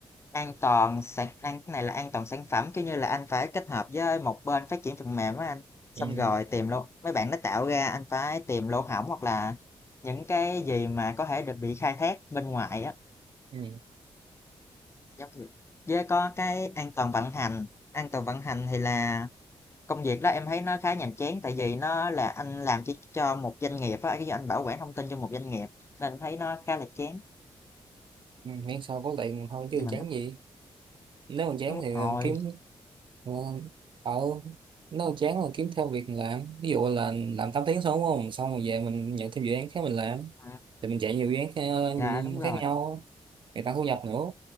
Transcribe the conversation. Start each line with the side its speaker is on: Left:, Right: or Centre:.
Left: an toàn sản an cái này là an toàn sản phẩm kiểu như là anh phải kết hợp với một bên phát triển phần mềm á anh xong
Right: ừ.
Left: rồi tìm lỗ mấy bạn nó tạo ra anh phải tìm lỗ hổng hoặc là những cái gì mà có thể được bị khai thác bên ngoài á
Right: Ừ.
Left: Giống như- với có cái an toàn vận hành an toàn vận hành thì là công việc đó em thấy nó khá nhàm chán tại vì nó là anh làm chỉ cho một doanh nghiệp á cái anh bảo quản thông tin cho một doanh nghiệp nên thấy nó khá là chán
Right: Ừ. miễn sao có tiền thôi chứ
Left: nhưng mà
Right: chán gì nếu mà chán
Left: Đúng
Right: thì
Left: rồi,
Right: kiếm đúng không ở nếu chán là kiếm thêm việc làm ví dụ là làm 8 tiếng xong đúng không xong rồi về mình nhận thêm dự án khác mình làm
Left: à,
Right: thì mình chạy nhiều dự án khác,
Left: dạ đúng rồi.
Right: khác nhau để tăng thu nhập nữa